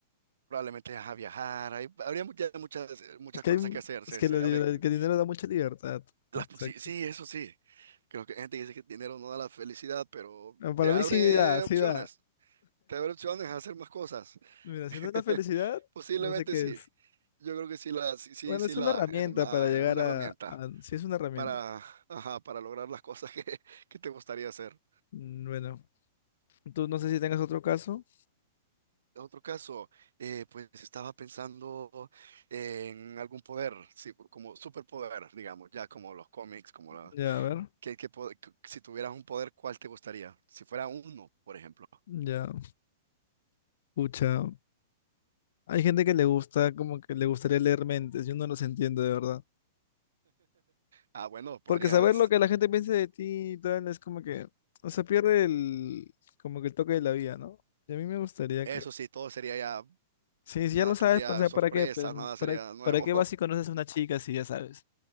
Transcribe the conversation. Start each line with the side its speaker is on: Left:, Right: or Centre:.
Right: Probablemente, ajá, viajar. Hay, habría muchas, muchas, eh, muchas
Left: Es que,
Right: cosas
Left: hay,
Right: que hacer. Se,
Left: es que,
Right: se
Left: lo liber-
Right: abren
Left: que el dinero da mucha libertad.
Right: las
Left: Exacto.
Right: posibilidades Sí, sí, eso sí. Creo que hay gente que dice que el dinero no da la felicidad, pero
Left: Ah, Para
Right: te abre
Left: mí sí da, sí
Right: opciones.
Left: da.
Right: Te abre opciones a hacer más cosas.
Left: Mira,
Right: <laughs>
Left: si no es la felicidad,
Right: Posiblemente
Left: no sé qué
Right: sí.
Left: es.
Right: Yo creo que sí la, sí, sí,
Left: Bueno,
Right: sí
Left: es
Right: la
Left: una herramienta
Right: da. Es una,
Left: para llegar
Right: es una
Left: a,
Right: herramienta
Left: a... Sí, es una herramienta.
Right: para, ajá, para lograr las cosas que, <laughs> que te gustaría hacer.
Left: Mm, Bueno, tú no sé si tengas otro caso.
Right: Otro caso, eh, pues estaba pensando en algún poder, sí, como superpoder, digamos, ya como los cómics, como la,
Left: Ya, a ver.
Right: que, que po- que- si tuvieras un poder, ¿cuál te gustaría? Si fuera uno, por ejemplo.
Left: Ya, pucha. Hay gente que le gusta, como que le gustaría leer mentes, yo no los entiendo de verdad.
Right: Ah, bueno, podrías,
Left: Porque saber lo que la gente piensa de ti y tal es como que, o sea, pierde el, como que el toque de la vida, ¿no? Y a mí me gustaría,
Right: eso
Left: creo.
Right: sí, todo sería ya,
Left: Sí, si
Right: nada
Left: ya lo
Right: tendría
Left: sabes, o sea,
Right: sorpresa,
Left: ¿para qué? Pues,
Right: nada sería
Left: ¿Para,
Right: nuevo,
Left: para qué vas y conoces a una chica si ya sabes?